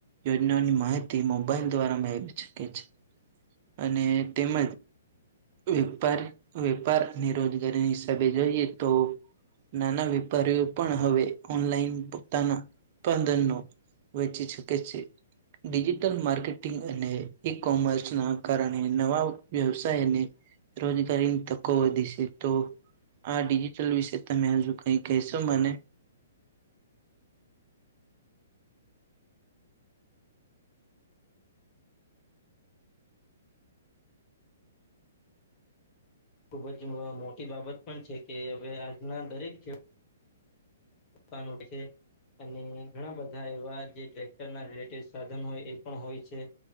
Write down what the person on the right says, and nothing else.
યોજનાઓની માહિતી મોબાઈલ દ્વારા મેળવી શકે છે. અને તેમજ વેપારી વેપાર અને રોજગારીની હિસાબે જોઈએ તો નાના વેપારીઓ પણ હવે ઓનલાઈન પોતાના ઉત્પાદનનો વહેચી શકે છે. ડિજિટલ માર્કેટિંગ અને ઈ કોમર્સના કારણે નવા વ્યવસાયને રોજગારીની તકો વધી છે. તો આ ડિજિટલ વિશે તમે હજુ કઈ કહેશો મને?